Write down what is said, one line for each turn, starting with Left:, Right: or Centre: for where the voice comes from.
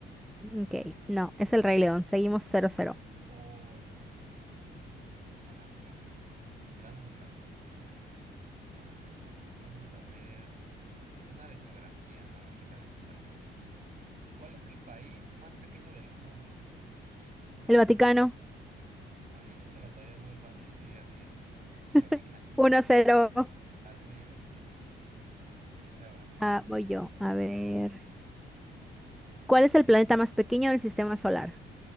Centre: Ok, no, es El Rey León. Seguimos cero cero.
Right: Oh, El Rey León. Mala mía. Gran musical, por cierto, ¿eh? Mm, vamos a ver. Una de geografía, a ver qué tal estás. ¿Cuál es el país más pequeño del mundo? <laughs>
Centre: El Vaticano,
Right: Ah, eso te la sabías muy fácil, sí, así es. El
Centre: <laughs>
Right: Vaticano.
Centre: uno cero.
Right: Así es. Te va.
Centre: Ah, voy yo. A ver. ¿Cuál es el planeta más pequeño del sistema solar?